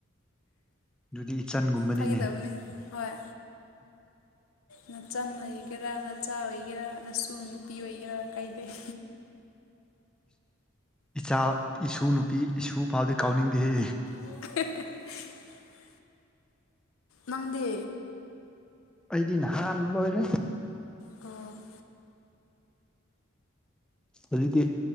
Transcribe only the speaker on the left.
ꯐꯥꯒꯤꯗꯕꯅꯦ ꯍꯣꯏ ꯅꯆꯟ ꯑꯣꯏꯒꯦꯔꯥ ꯅꯆꯥ ꯑꯣꯏꯒꯦꯔꯥ ꯅꯁꯨ ꯅꯨꯄꯤ ꯑꯣꯏꯒꯦꯔꯥ ꯀꯩꯗꯩ
<unintelligible> <inaudible> ꯃꯥꯡꯗꯦ
ꯀ <unintelligible> <inaudible>